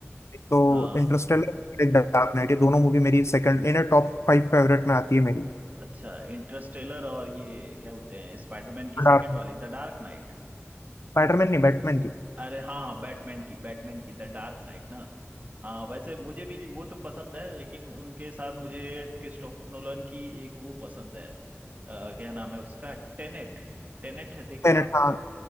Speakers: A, on the left (about 70°); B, on the right (about 35°).
A: एक तो
B: हाँ
A: इंटरस्टेलर एक डार्क नाइट ये दोनों मूवी मेरी सेकंड इनर टॉप फाइव फेवरेट में आती है मेरी
B: अच्छा इंटरस्टेलर और ये क्या बोलते हैं स्पाइडरमैन की सेकंड
A: डार्क
B: वाली द डार्क नाइट
A: स्पाइडरमैन नहीं बैटमैन की
B: अरे हाँ हाँ बैटमैन की बैटमैन की द डार्क नाइट ना हाँ वैसे मुझे भी वो तो पसंद है लेकिन उनके साथ मुझे क्रिस्टोफर नोलन की एक वो पसंद है अ, क्या नाम है उसका टेनेट टेनेट है देखे
A: planet,
B: आप
A: हाँ